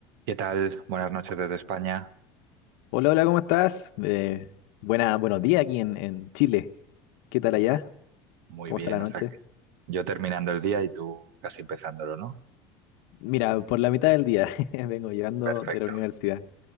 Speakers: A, on the right; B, on the left.
A: ¿Qué tal? Buenas noches desde España.
B: Hola, hola, ¿cómo estás? Eh, buena, buenos días aquí en, en Chile. ¿Qué tal
A: Vale,
B: allá?
A: Muy
B: ¿Cómo
A: bien,
B: está la noche?
A: o sea que yo terminando el día y tú casi empezándolo, ¿no?
B: Mira, por la mitad del día <laughs> vengo llegando
A: Perfecto.
B: de la universidad.